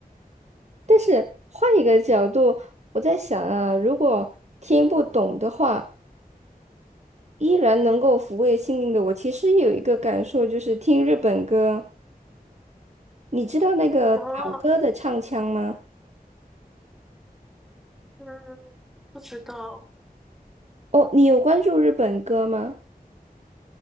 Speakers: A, on the right; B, in the centre.
A: 但是换一个角度，我在想啊，如果听不懂的话，依然能够抚慰心灵的我，其实有一个感受，就是听日本歌，你知道那个岛歌的唱腔吗？
B: 啊，嗯，不知道，
A: 哦，你有关注日本歌吗？